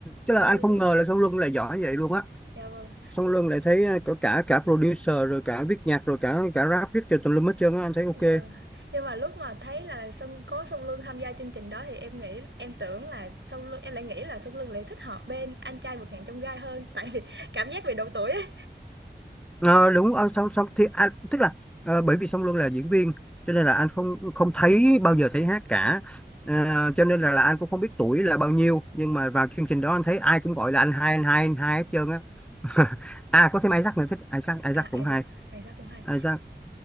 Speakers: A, in the centre; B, on the right.
A: chứ
B: Sông
A: là anh
B: Luân
A: không
B: đúng
A: ngờ là song luân lại giỏi vậy luôn á
B: Dạ vâng,
A: song luân lại thấy à, cả cả cả producer rồi cả viết nhạc rồi cả cả rap viết cho tùm lum hết trơn á anh thấy ok
B: dạ vâng Nhưng mà lúc mà thấy là Sông có Sông Luân tham gia chương trình đó thì em nghĩ em tưởng là Sông Luân em lại nghĩ là Sông Luân lại thích hợp bên anh trai vượt ngàn trong gai hơn tại vì <laughs> cảm giác về độ tuổi ấy.
A: Ờ, đúng ờ, song song thì anh tức là ờ, bởi vì song luân là diễn viên cho nên là anh không không thấy bao giờ thấy hát cả Ờ, cho nên là, là anh cũng không biết tuổi là bao nhiêu nhưng mà vào chương trình đó anh thấy ai cũng gọi là anh hai anh hai anh hai hết trơn á <laughs> à có thêm Isaac nữa thích Isaac Isaac
B: À
A: cũng
B: Isaac,
A: hay
B: Isaac cũng hay.
A: À, ra